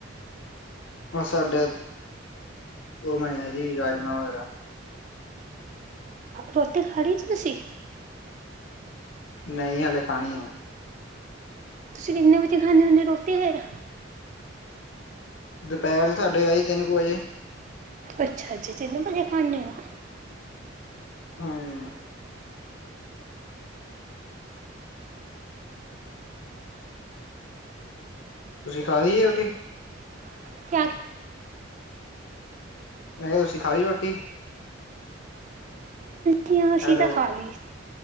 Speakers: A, on the left (about 70°); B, on the right (about 40°).
A: ਉਹ ਸਾਡੇ, ਉਹ ਬਣਿਆ ਜੀ ਰਾਜਮਾਂ ਵਗੈਰ
B: ਰੋਟੀ ਖਾਲੀ ਤੂਸੀ
A: ਨਹੀਂ ਹਲੇ ਖਾਣੀ ਆ
B: ਤੁਸੀਂ ਕਿੰਨੇ ਵਜੇ ਖਾਂਦੇ ਹੁੰਦੇ ਰੋਟੀ ਫੇਰ
A: ਦੁਪਹਿਰ ਸਾਡੇ ਆਈ ਤਿੰਨ ਕੁ ਵਜੇ
B: ਅੱਛਾ ਜੀ ਤਿੰਨ ਵਜੇ ਖਾਂਦੇ ਹੋ
A: ਹਾਂ ਤੁਸੀਂ ਖਾ ਲਈ ਐ ਰੋਟੀ
B: <unintelligible>
A: ਮੈਂ ਕਿਹਾ ਤੁਸੀਂ ਖਾ ਲਈ ਰੋਟੀ
B: ਹਾਂ-ਹਾਂ ਸੀਤਾ
A: ਹੈਲੋ
B: ਖਾਲੀ,